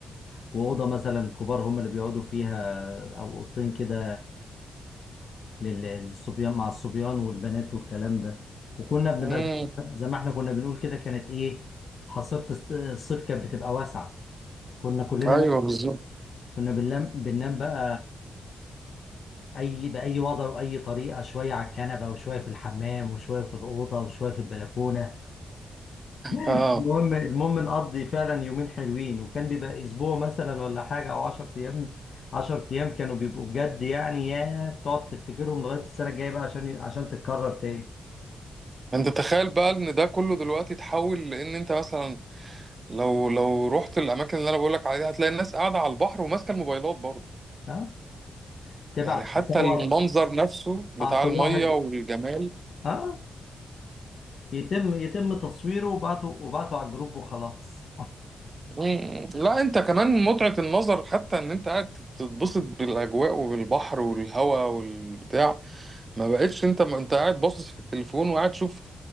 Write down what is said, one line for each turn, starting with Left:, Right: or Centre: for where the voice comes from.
Left: وأوضة مثلا الكبار هم اللي بيقعدوا فيها أو أوضتين كده لل- للصبيان مع الصبيان والبنات والكلام ده وكنا بنبقى
Right: امم
Left: زي زي ما احنا كنا بنقول كده كانت إيه حصيرة الص- الصيف كانت بتبقى واسعة كنا كلنا
Right: ايوه
Left: بقى
Right: بالظبط
Left: كنا بننام بننام بقى أي بأي وضع وأي طريقة شوية على الكنبة وشوية في الحمام وشوية في الأوضة وشوية في البلكونة
Right: اه
Left: المهم المهم نقضي فعلا يومين حلوين وكان بيبقى اسبوع مثلا ولا حاجه او 10 ايام 10 ايام كانوا بيبقوا بجد يعني يا تقعد تفتكرهم لغايه السنه الجايه بقى عشان عشان تتكرر تاني
Right: انت تخيل بقى ان ده كله دلوقتي اتحول لان انت مثلا لو لو رحت الاماكن اللي انا بقولك عليها هتلاقي الناس قاعده على البحر وماسكه الموبايلات برضه
Left: ها تبعت
Right: يعني حتى
Left: تصور
Right: المنظر نفسه بتاع
Left: اه كل
Right: الميه
Left: واحد
Right: والجمال
Left: اه يتم يتم تصويره وبعته وبعته على الجروب وخلاص
Right: مم. لا انت كمان متعة النظر حتى ان انت قاعد تتبسط بالاجواء والبحر والهواء والبتاع ما بقتش انت ما انت قاعد باصص في التليفون وقاعد تشوف